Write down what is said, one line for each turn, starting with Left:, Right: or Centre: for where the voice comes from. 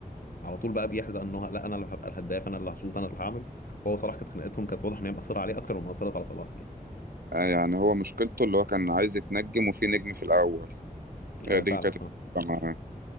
Left: على طول بقى بيحزق انه لا انا اللي هبقى الهداف انا اللي هشوط انا اللي هعمل وهو صراحة كانت خناقتهم كانت واضح ان هي مأثرة عليه اكتر ما مأثرت على صلاح يعني
Right: آه، يعني هو مشكلته اللي هو كان عايز يتنجم وفي نجم في الاول هي
Left: آه
Right: دي
Left: فعلا
Right: كانت
Left: اه
Right: المشكلة معاه.